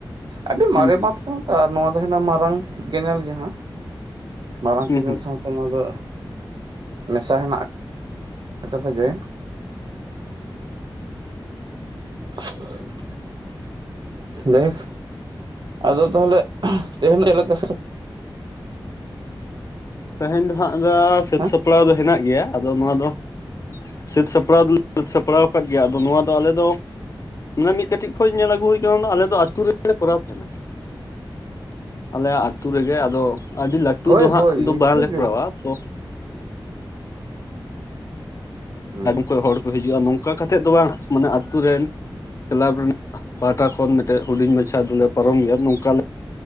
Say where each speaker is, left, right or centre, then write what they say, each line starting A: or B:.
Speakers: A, on the right (about 60°); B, on the left (about 40°).
A: ᱟᱹᱰᱤ
B: ᱦᱩᱸ
A: ᱢᱟᱨᱮ
B: ᱦᱩᱸ
A: ᱵᱟᱸᱫ ᱠᱟᱱᱟ ᱛᱚ ᱟᱨ ᱱᱚᱣᱟ ᱫᱚ ᱦᱩᱭᱩᱜ ᱠᱟᱱᱟ ᱢᱟᱨᱟᱝ ᱠᱮᱱᱮᱞ ᱡᱟᱦᱟᱸ ᱢᱟᱨᱟᱝ
B: ᱦᱩᱸ
A: ᱠᱮᱱᱮᱞ
B: ᱦᱩᱸ
A: ᱥᱟᱶᱛᱮ ᱚᱱᱟ ᱫᱚ ᱢᱮᱥᱟ ᱦᱮᱱᱟᱜ ᱮᱠᱟᱛᱮᱜᱮ <unintelligible> ᱦᱮᱞᱳ ᱟᱫᱚ ᱛᱟᱦᱚᱞᱮ ᱛᱮᱦᱮᱧ ᱪᱮᱫ ᱥᱟᱯ
B: ᱛᱮᱦᱮᱧ ᱫᱚ ᱦᱟᱸᱜ ᱫᱟᱜ ᱥᱟᱹᱛ
A: ᱦᱮᱸ
B: ᱥᱟᱯᱲᱟᱣ ᱫᱚ ᱦᱮᱱᱟᱜ ᱜᱮᱭᱟ ᱟᱫᱚ ᱱᱚᱣᱟ ᱫᱚ ᱥᱟᱹᱛ ᱥᱟᱯᱲᱟᱣ ᱫᱚᱞᱮ ᱥᱟᱹᱛ ᱥᱟᱯᱲᱟᱣ ᱟᱠᱟᱫ ᱜᱮᱭᱟ ᱟᱫᱚ ᱱᱚᱣᱟ ᱫᱚ ᱟᱞᱮ ᱫᱚ ᱚᱱᱟ ᱢᱤᱫ ᱠᱟᱹᱴᱤᱡ ᱠᱷᱚᱡ ᱧᱮᱞ ᱟᱹᱜᱩ ᱦᱩᱭ ᱟᱠᱟᱱᱟ ᱟᱞᱮ ᱫᱚ ᱟᱛᱩ ᱨᱮᱞᱮ ᱠᱚᱨᱟᱣ ᱛᱟᱦᱮᱸᱱᱟ ᱟᱞᱮᱭᱟᱜ ᱟᱛᱩ ᱨᱮᱜᱮ ᱟᱫᱚ ᱟᱹᱰᱤ ᱞᱟᱹᱴᱩ
A: ᱦᱳᱭ
B: ᱫᱚ ᱦᱟᱸᱜ
A: ᱦᱳᱭ
B: ᱫᱚ
A: ᱤᱱᱠᱟᱹ
B: ᱵᱟᱝᱞᱮ
A: ᱜᱮ
B: ᱠᱚᱨᱟᱣᱟ ᱛᱚ
A: ᱦᱩᱸ
B: ᱛᱟᱭᱚᱢ <unintelligible> ᱠᱷᱚᱡ ᱦᱚᱲ ᱠᱚ ᱦᱤᱡᱩᱜᱼᱟ᱾ ᱱᱚᱝᱠᱟ ᱠᱟᱛᱮᱫ ᱫᱚ ᱵᱟᱝ ᱢᱟᱱᱮ ᱟᱹᱛᱩ ᱨᱮᱱ ᱼᱼ ᱠᱞᱟᱵᱽ ᱨᱮᱱᱟᱜ ᱯᱟᱦᱴᱟ ᱠᱷᱚᱱ ᱢᱤᱫᱴᱮᱡ ᱦᱩᱰᱤᱧ ᱢᱟᱪᱷᱟ ᱫᱚᱞᱮ ᱯᱟᱨᱚᱢ ᱜᱮᱭᱟ ᱱᱚᱝᱠᱟ ᱼᱼ